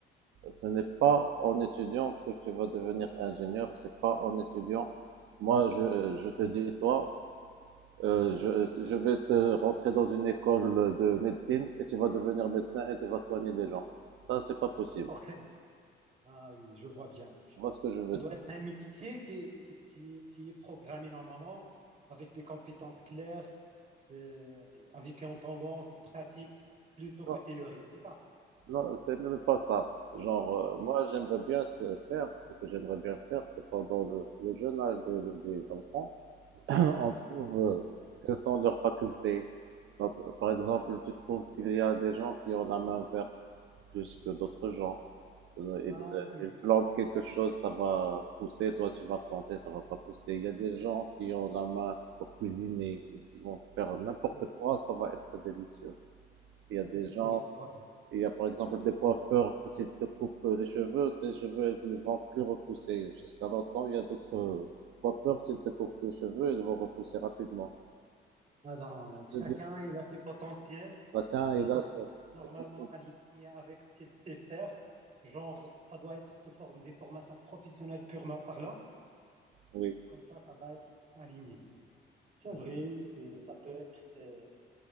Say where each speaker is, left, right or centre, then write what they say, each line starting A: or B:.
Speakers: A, on the right; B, on the right.
A: Ce n'est pas en étudiant que tu vas devenir ingénieur, c'est pas en étudiant. Moi, je, je te dis, toi, euh,
B: oui,
A: je, je vais te rentrer dans une école de médecine et tu vas devenir médecin et tu vas soigner les gens. Ça, c'est pas possible.
B: forcément. Ah oui, je vois bien.
A: Tu vois ce que je veux
B: Ça doit
A: dire?
B: être un métier qui, qui, qui- qui est programmé normalement, avec des compétences claires, euh, avec une tendance pratique plutôt que
A: Non,
B: théorique, c'est ça?
A: non, c'est même pas ça. Genre, euh,
B: Oui.
A: moi, j'aimerais bien se faire, ce que j'aimerais bien faire, c'est pendant le, le jeune âge des, des enfants, <laughs> on
B: Oui.
A: trouve euh, quelles sont leurs facultés. Par par exemple, tu trouves qu'il y a des gens qui ont la main verte plus que d'autres gens. Euh,
B: Ah
A: Ils, euh,
B: oui,
A: ils plantent quelque chose, ça va pousser, toi tu vas planter, ça va pas pousser. Il y a des gens qui ont la main pour cuisiner, ils vont faire n'importe
B: c'est,
A: quoi, ça va être délicieux. Il y a des
B: c'est,
A: gens,
B: c'est- je vois bien.
A: il y a par exemple des coiffeurs, s'ils te coupent les cheveux, tes cheveux ils ne vont plus repousser. Jusqu'à longtemps, il y a d'autres coiffeurs, s'ils te coupent les cheveux, ils vont repousser rapidement.
B: Alors, donc chacun,
A: Je dis,
B: il a ses potentiels
A: chacun
B: et
A: et
B: ça
A: là,
B: doit
A: ça-
B: être normalement
A: exactement.
B: aligné avec ce qu'il sait faire. Genre, ça doit être sous forme des formations professionnelles purement parlant.
A: Oui,
B: Comme ça, ça va être aligné. C'est vrai, euh, ça peut être euh,